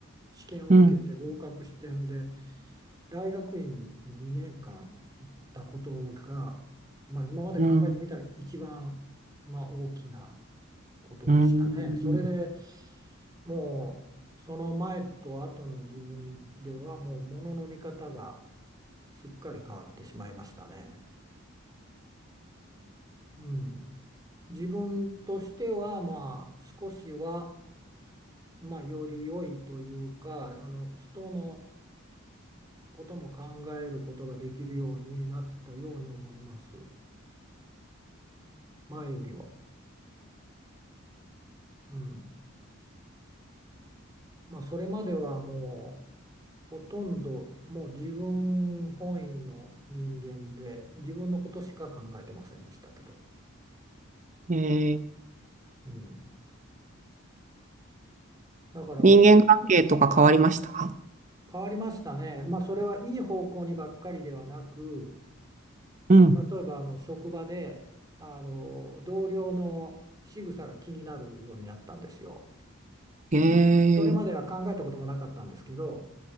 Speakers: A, on the right; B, on the right.
A: 試験を受けて合格してんで
B: うん、
A: 大学院に2年間行ったことが、まあ、今まで考えてみたら一番、
B: うん、
A: まあ、大きなことでしたね。
B: うん。
A: それでもうその前と後の自分ではもうものの見方がすっかり変わってしまいましたね。うん、自分としては、まあ、少しは、まあ、より良いというか、あの、人のことも考えることができるようになったように思います。前よりは。うん。まあ、それまではもう、ほとんど、もう自分本位の人間で、自分のことしか考えてませんでしたけど。
B: へーえー
A: うん。だから、
B: 人間関係とか変わりました
A: 変わりましたね。まあ、それはいい方向にばっかりではなく、
B: うん。
A: 例えばあの職場であの同僚の仕草が気になるようになったんですよ。
B: へえ、
A: それまでは考えたこともなかったんですけど、